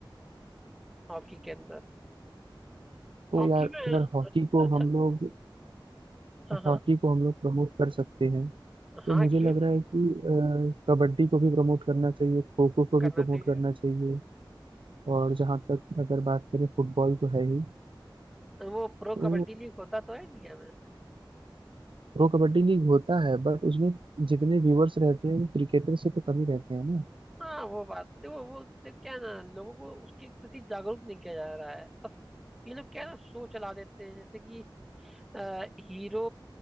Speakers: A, in the centre; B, on the right (about 85°).
A: हॉकी के अंदर
B: तो
A: हॉकी
B: यार
A: में
B: अगर हॉकी को
A: अच्छा
B: हम लोग
A: हाँ हाँ
B: हॉकी को हम लोग प्रमोट कर सकते हैं तो
A: हाँ
B: मुझे
A: क्यों
B: लग
A: नहीं
B: रहा है कि अ, कबड्डी को भी प्रमोट करना चाहिए खो खो को भी
A: करना
B: प्रमोट
A: चाहिए
B: करना चाहिए और जहाँ तक अगर बात करें फुटबॉल तो है ही
A: वो प्रो
B: तो
A: कबड्डी लीग होता तो है इंडिया में
B: प्रो कबड्डी लीग होता है बट उसमें जितने व्यूअर्स रहते हैं वो क्रिकेटर से तो कम ही रहते हैं ना
A: हाँ वो बात वो वो देख क्या है ना लोगों को उसके प्रति जागरूक नहीं किया जा रहा है बस ये लोग क्या है ना शो चला देते हैं जैसे कि अ, हीरो